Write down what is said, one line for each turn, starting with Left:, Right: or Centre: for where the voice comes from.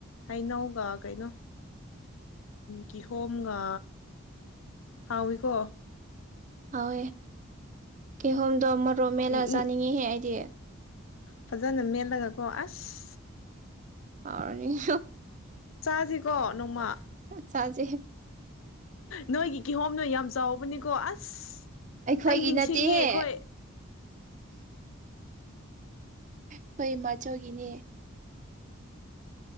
Left: ꯍꯩꯅꯧꯒ ꯀꯩꯅꯣ ꯀꯤꯍꯣꯝꯒ ꯍꯥꯎꯋꯤꯀꯣ
Right: ꯍꯥꯎꯋꯦ ꯀꯤꯍꯣꯝꯗꯣ ꯃꯠ ꯔꯣ ꯃꯦꯠꯂ
Left: ꯎꯝ
Right: ꯆꯥꯅꯤꯡꯉꯤꯍꯦ
Left: ꯎꯝ
Right: ꯑꯩꯗꯤ
Left: ꯐꯖꯅ ꯃꯦꯜꯂꯒ ꯀꯣ ꯑꯁ
Right: ꯍꯥꯎꯔꯅꯤ
Left: ꯆꯁꯤꯀꯣ ꯅꯣꯡꯃ
Right: ꯆꯥꯁꯦ
Left: ꯅꯣꯏꯒꯤ ꯀꯤꯍꯣꯝ ꯅꯣꯏ ꯌꯥꯝ ꯆꯥꯎꯕꯅꯤꯀꯣ ꯑꯁ
Right: ꯑꯩꯈꯣꯏꯒꯤ
Left: ꯑꯩ ꯅꯤꯡꯁꯤꯡꯉꯦ
Right: ꯅꯠꯇꯦꯍꯦ
Left: ꯑꯈꯣꯏ
Right: ꯑꯈꯣꯏ ꯏꯃꯥꯆꯧꯒꯤꯅꯦ